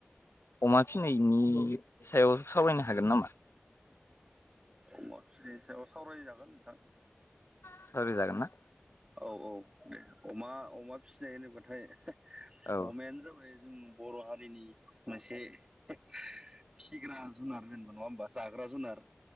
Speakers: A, on the left; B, on the right.
A: अमा फिसिनायनि सायाव सावरायनो हागोन नामा।
B: अमा फिसिनायनि सायाव सावरायजागोन नोंथां।
A: सावराय जागोनना।
B: औ औ दे अमा अमा फिसिनाय होनोब्लाथाय
A: औ
B: अमायानो जाबाय जों बर' हारिनि मोनसे फिसिग्रा जुनार जेनेबा नङा होमबा जाग्रा जुनार